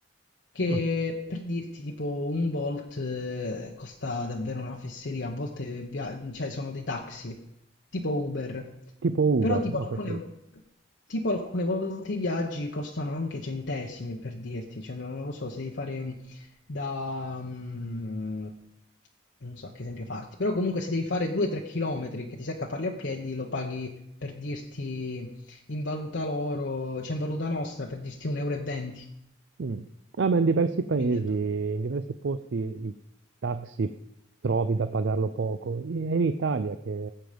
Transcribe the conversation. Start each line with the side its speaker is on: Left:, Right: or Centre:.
Left: che
Right: ah,
Left: per dirti, tipo, un Bolt eh, costa davvero una fesseria, a volte via- cioè, sono dei taxi, tipo Uber,
Right: tipo
Left: però
Right: Uber,
Left: tipo
Right: ho
Left: alcune,
Right: capito.
Left: tipo alcune volte i viaggi costano anche centesimi, per dirti, cioè, non lo so, se devi fare mm, da... mm, non so che esempio farti, però comunque se devi fare 2-3 chilometri che ti secca farli a piedi, lo paghi per dirti in valuta loro, cioè in valuta nostra, per dirti 1,20 euro, e venti.
Right: Mm. Ah, ma in diversi paesi,
Left: quindi è proprio...
Right: in diversi posti i taxi trovi da pagarlo poco. E- È in Italia che